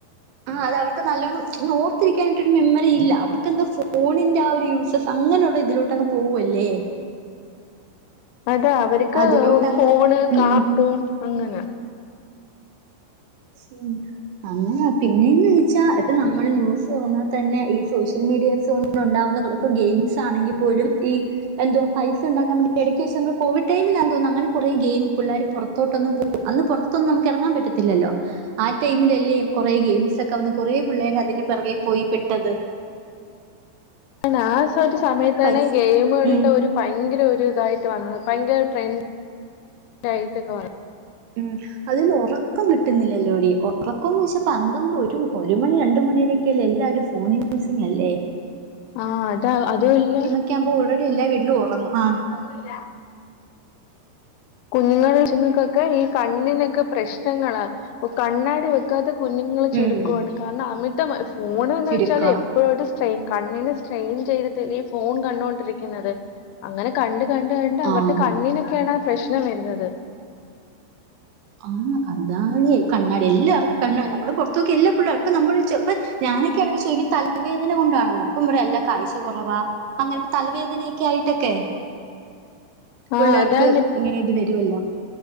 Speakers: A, on the right; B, on the left.
A: ആഹ് അത് അവർക്ക് നല്ലോണം ഓർത്തിരിക്കാനായിട്ടൊരു മെമ്മറി ഇല്ല അവർക്കെന്തൊ ഫോണി ന്റെ ആ ഒരു യൂസസ് അങ്ങനെയുള്ള ഇതിലോട്ടങ്ങ് പോവല്ലേ
B: അതാ അവർക്ക്
A: അതിലോട്ടങ്ങ്
B: ഫോണ് കാർട്ടൂൺ
A: ഉം.
B: അങ്ങനെ
A: <unintelligible> അങ്ങനാ പിന്നെയന്ന് ചെച്ചാ ഇപ്പ നമ്മള് ന്യൂസ് തുറഞ്ഞാൽ തന്നെ ഈ സോഷ്യൽ മീഡിയസോൺ ഉണ്ടാവുന്നൂല ഇപ്പൊ ഗെയിംസ് ആണെങ്കിൽ പോലും ഈ എന്തോ പൈസ ഉണ്ടാക്കാൻ വേ എടക്ക് വെച്ച് നമ്മൾ കോവിടൈമിൽ ആന്തോന്നുന്നു അങ്ങന കുറേ ഗെയിം പിള്ളേര് പുറത്തോട്ടൊന്നും പൊ അന്ന് പുറത്തൊന്നും നമുക്ക് ഇറങ്ങാൻ പറ്റത്തില്ലോ ആ ടൈമിലല്ലേ കൊറെ ഗെയിംസ് ഒക്കെ വന്ന് കുറേ പിള്ളേർ അതിന്റെ പിറകെ പോയി പെട്ടത്
B: ആ ഒരു സമയത്താണ്
A: പൈസ
B: ഗെയിമുകളുടെ
A: ഉം
B: ഒരു ഭയങ്കര ഒരു ഇതായിട്ട് വന്നത് ഭയങ്കര ട്രെൻഡ് ആയിട്ടൊക്കെ വ
A: ഉം അതിൽ ഉറക്കം കിട്ടുന്നില്ലല്ലോടി ഉറക്കം എന്ന് വെച്ചാ പന്ത്രണ്ട് ഒരു ഒരു മണി രണ്ട് മണി വരെ ക്കെലെല്ലാരും ഫോൺ യൂസിങ് അല്ലേ
B: ആഹ് അതാ അതുവല്ല
A: ക്കാവുമ്പോ ഓൾറെഡി എല്ലാ വീട്ടിലും ഒറങ്ങും ആഹ്
B: പിന്നൊന്നും ല്ലാ കുങ്ങൾ കൊച്ചുങ്ങൾക്കൊക്കെ ഈ കണ്ണിനൊക്കെ പ്രശ്നങ്ങളാ പ്പ കണ്ണാടി വ യ്ക്കാത്ത കുഞ്ഞുങ്ങള് ചുരുക്കാണ്
A: ഉം
B: കാരണം അമിതം ഫോൺ എന്ന്
A: ചുരുക്കവാ
B: വെച്ചാലെ ഇപ്പോ ഒരു സ്ടെയിൻ കണ്ണിന് സ്ട്രെയിൻ ചെയ്തിട്ടല്ലേ ഈ ഫോൺ കണ്ടോണ്ടിരിക്കുന്നത് അങ്ങനെ കണ്ട് കണ്ട് കണ്ട് അവരുടെ
A: ആഹ്
B: കണ്ണിനൊക്കെയാണ് ആ പ്രശ്നം വരുന്നത്
A: ആഹ് അതാണ് കണ്ണാടി എല്ലാർക്കും കണ്ണാടി നമ്മള് പുറത്തോക്കെ എല്ലാ പുള്ള ഇപ്പ നമ്മൾ ഒഴിച്ചോ അപ്പൊ ഞാനൊക്കെയാണെങ്കിൽ ചോയിക്കും തലവേദന കൊണ്ടാണന്ന് അപ്പൊ പറയും അല്ല കാഴ്ച കൊറവാ അങ്ങനെത്തെ തലവേദനയൊക്കെ ആയിട്ടൊക്കെ
B: ആഹ്
A: പിള്ളേർക്ക്
B: ആഹ് അതാണ്
A: ഇങ്ങനെ ഇത് വരുവല്ലോ